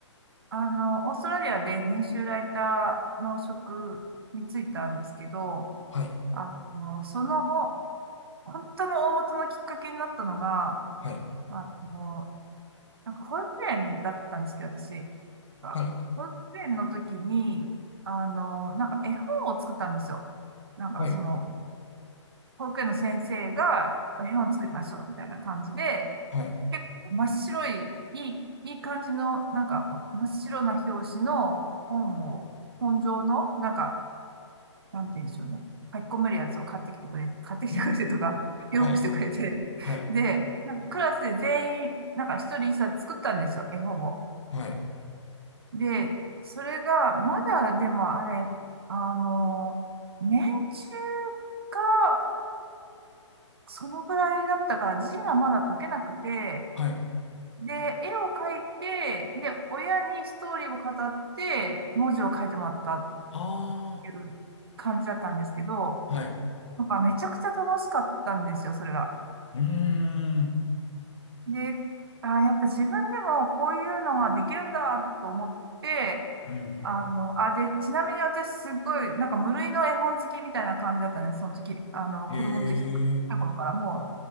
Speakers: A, on the right (about 50°); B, on the left (about 70°).
A: あの、オーストラリアで編集ライターの職に就いたんですけど、
B: はい、
A: あの、その、本当の大元のきっかけになったのが、
B: はい、
A: あの、なんか保育園だったんですけど、私、なんか保育園の時に、
B: はい、
A: あの、なんか絵本を作ったんですよ。なんかその、
B: はい、
A: 保育園の先生が絵本作りましょうみたいな感じで、
B: はい。
A: 結構真っ白い、いい、いい感じの、なんか真っ白な表紙の本を、本上の、なんか、なんて言うんでしょうね。書き込めるやつを買ってきてくれ、買ってきてくれてとか、
B: うん、
A: <laughs> 用意してくれて。
B: はい、はい、
A: で、なんかクラスで全員、なんか一人一冊作ったんですよ、絵本を。
B: はい、
A: で、それが、まだでもあれ、あの、年中、かそのぐらいだったから、字がまだ書けなくて、
B: はい。
A: で、絵を描いて、で、親にストーリーを語って、文字を書いてもらったっ
B: あ
A: ていう感じだったんですけど、
B: あ、はい。
A: なんかめちゃくちゃ楽しかったんですよ、それが。
B: うーん、
A: で、あー、やっぱ自分でもこういうのができるんだと思って、
B: うん、うん。
A: あの、あ、で、ちなみに私すごい、なんか無類の絵本好きみたいな感じだったね、その時、あの、
B: え
A: 子供の時、
B: え、
A: た頃からも